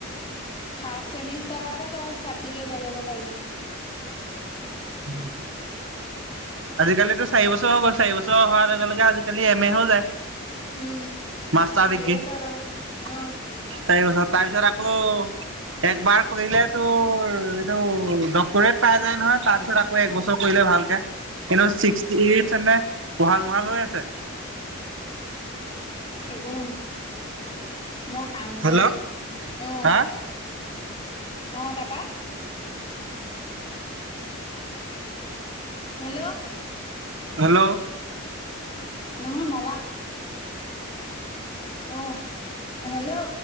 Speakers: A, on the left (about 25°); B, on the right (about 65°).
A: ফাৰ্ষ্ট চেমিষ্টাৰতে তই চাৰ্টফিকেট লৈ ল'ব পাৰিবি।
B: <inaudible> আজিকালিতো চাৰি বছৰ হৈ গ'ল, চাৰিবছৰ হোৱাৰ লগে লগে আজিকালি এম এ হৈ যায়।
A: উম
B: মাষ্টাৰ
A: চাৰি
B: ডিগ্ৰী
A: বছৰত
B: চাৰি
A: অ অ
B: বছৰ, তাৰপিছত আকৌ একবাৰ কৰিলেতো এইটো ডক্টৰেট পাই যায় নহয়, তাৰপিছত আকৌ একবছৰ কৰিলে ভালকে, কিন্তু ছিক্সে <unintelligible> মহাল মহাল হৈ আছে।
A: চাগো <unintelligible> নহয় মই কাম
B: হেল্ল'
A: গৈ আছো। আহ
B: হা
A: অ' তাৰপৰা? হেল্ল'?
B: হেল্ল'
A: নহয় নলা। অ' হেল্ল'?